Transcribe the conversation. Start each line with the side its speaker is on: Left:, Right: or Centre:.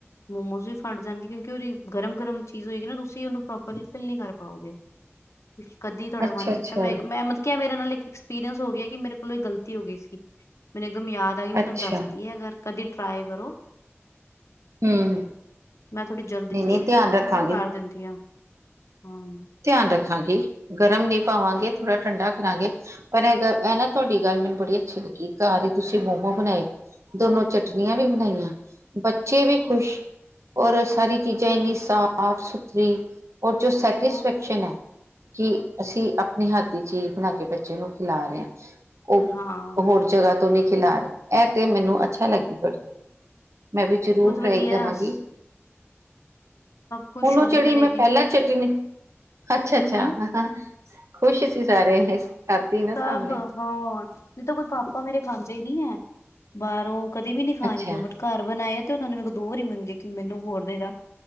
Left: ਮੋਮੋਜ਼ ਵੀ ਫਟ ਜਾਣਗੇ ਕਿਉਂਕਿ ਓਦੀ ਗਰਮ ਗਰਮ ਚੀਜ਼ ਹੋਏਗੀ ਨਾ ਤੁਸੀਂ ਓਨੂੰ ਪ੍ਰੋਪਰਲੀ ਫਿਲ ਨੀ ਕਰ ਪਾਓਗੇ। ਕਦੀ ਤੁਆਡਾ
Right: ਅੱਛਾ
Left: ਮਨ ਕੀਤਾ
Right: ਅੱਛਾ,
Left: ਮੈਂ ਇ ਮੈਂ ਮਤੇ ਕੇਐ ਮੇਰੇ ਨਾਲ ਇੱਕ ਇਕਸ ਪੀਰੀਅੰਸ ਹੋ ਗਿਐ ਕਿ ਮੇਰੇ ਕੋਲੋਂ ਏ ਗਲਤੀ ਹੋ ਗਈ ਸੀ ਮੈਨੂੰ ਇੱਕਦਮ ਯਾਦ ਆ ਗਈ ਮੈਂ
Right: ਅੱਛਾ,
Left: ਤੁਆਨੂੰ ਦੱਸਦੀ ਐ ਅਗਰ ਕਦੀ ਟਰਾਏ ਕਰੋ।
Right: ਹੂੰ।
Left: ਮੈਂ ਥੋੜ੍ਹੀ ਜਲਦੀ
Right: ਨਈ-ਨਈ
Left: ਚ ਸੀ
Right: ਧਿਆਨ
Left: ਤੇ ਮੈਂ ਕੈ
Right: ਰੱਖਾਂਗੇ,
Left: ਚੱਲ ਮੈਂ ਕਰ ਦੇੰਦੀ ਆਂ, ਹਾਂ।
Right: ਧਿਆਨ ਰੱਖਾਂਗੀ, ਗਰਮ ਨੀ ਪਾਵਾਂਗੇ ਥੋੜ੍ਹਾ ਠੰਡਾ ਕਰਾਂਗੇ। ਔਰ ਐਹ ਗ ਐਨਾ ਤੁਐਡੀ ਗੱਲ ਮੈਨੂੰ ਬੜੀ ਅੱਛੀ ਲੱਗੀ ਏ, ਘੱਰ ਹੀ ਤੁਸੀਂ ਮੋਮੋ ਬਣਾਏ। ਦੋਨੋ ਚਟਣੀਆਂ ਵੀ ਬਣਾਈਆਂ, ਬੱਚੇ ਵੀ ਖ਼ੁਸ਼। ਔਰ ਸਾਰੀ ਚੀਜ਼ਾਂ ਇੰਨੀ ਸਾਫ ਸੁਥਰੀ, ਔਰ ਜੋ ਸੈਟਿਸ
Left: ਹੋਰ
Right: ਕਿ ਅਸੀਂ ਆਪਣੇ ਹੱਥ ਦੀ ਚੀਜ਼ ਬਣਾ ਕੇ ਬੱਚੇ ਨੂੰ ਖਿਲਾ ਰੇ ਆਂ। ਓਹ
Left: ਹਾਂ
Right: ਹੋਰ ਜਗ੍ਹਾ ਤੋਂ ਨਹੀਂ ਖਿਲਾ ਰੇ, ਐ ਤੇ ਮੈਨੂੰ ਅੱਛਾ ਲੱਗੀ ਕਰਦੇ। ਮੈਂ ਵੀ ਜ਼ਰੂਰ
Left: ਬਹੁਤ ਵਧੀਆ
Right: ਟਰਾਈ ਕਰਾਂਗੀ,
Left: ਸਭ ਖੁਸ਼
Right: ਹੁਣ
Left: ਹੋ
Right: ਓ
Left: ਗਏ
Right: ਜੇੜੀ
Left: ਮੇਰੇ
Right: ਮੈਂ ਪੈਲਾਂ ਚਟਨੀ ਅੱਛਾ ਅੱਛਾ
Left: ਹੂੰ-ਹੂੰ
Right: ਖੁਸ਼ ਸੀ ਸਾਰੇ ਕਾਤੀ ਨਾ
Left: ਸਭ
Right: ਸਾਭਣੇ।
Left: ਹਾਂ, ਨਹੀਂ ਤਾਂ ਕੋਈ ਪਾਪਾ ਮੇਰੇ ਖਾਂਦੇ ਨੀ ਹੈ, ਬਾਰੋਂ ਕਦੀ ਵੀ ਨੀ ਖਾਣਗੇ
Right: ਅੱਛਾ
Left: ਓਹ ਬਟ ਘਰ ਬਣਾਏ ਆ ਤੇ ਓਨਾਂ ਨੇ ਮੇਰੇ ਕੋਲ ਦੋ ਵਾਰੀ ਮੰਗੇ ਕਿ ਮੈਨੂੰ ਹੋਰ ਦੇ ਦਾ,